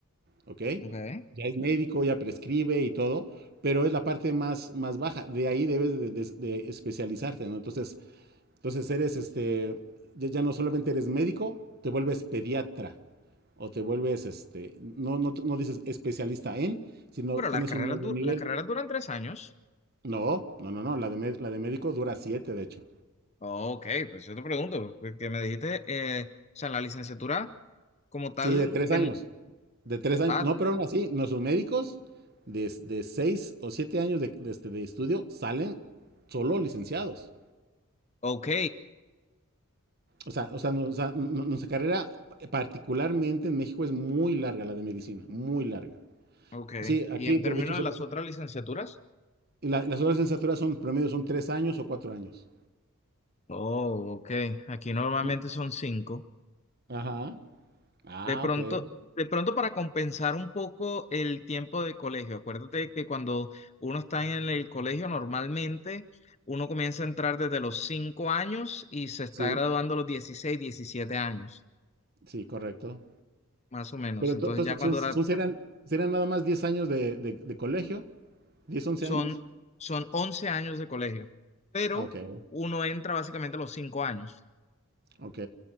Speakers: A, on the right; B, on the left.
A: ¿ok?
B: Okay.
A: Ya es médico, ya prescribe y todo, pero es la parte más, más baja. De ahí debes de, de- de especializarte, ¿no? Entonces, entonces eres este, ya, ya no solamente eres médico, te vuelves pediatra o te vuelves este, no, no, no dices especialista en, sino
B: Pero
A: tienes
B: las carreras,
A: un nuevo
B: du-
A: nivel.
B: las carreras duran tres años.
A: No, no, no, no, la de, mé- la de médico dura siete, de hecho.
B: Ok, pues yo te pregunto, porque me dijiste, eh, o sea, la licenciatura como tal,
A: Sí, de Mm. tres
B: de...
A: años, de tres años.
B: ah,
A: No, pero aún así, nuestros médicos de, de seis o siete años de, de este, de estudio salen solo licenciados.
B: ok,
A: O sea, o sea, no- o sea, n- nuestra carrera, eh, particularmente en México, es muy larga, la de medicina, muy larga.
B: ok.
A: Sí, aquí,
B: ¿Y en
A: de,
B: términos
A: de hecho, se-
B: de las otras licenciaturas?
A: la- las horas de licenciatura son promedio, son tres años o cuatro años.
B: Oh, ok, aquí normalmente
A: Y-
B: son cinco.
A: Ajá. Ah,
B: De pronto,
A: ok.
B: de pronto para compensar un poco el tiempo de colegio, acuérdate que cuando uno está en el colegio normalmente uno comienza a entrar desde los cinco años y se está
A: Sí,
B: graduando a los 16, 17 años,
A: sí, correcto.
B: más o menos.
A: Pero
B: Entonces
A: ento- entonces,
B: ya cuando
A: son, son-
B: la
A: serán, serán nada más 10 años de, de- de colegio, 10 11
B: Son,
A: años.
B: son 11 años de colegio, pero
A: Ah, ok,
B: uno entra básicamente a los 5 años,
A: ok.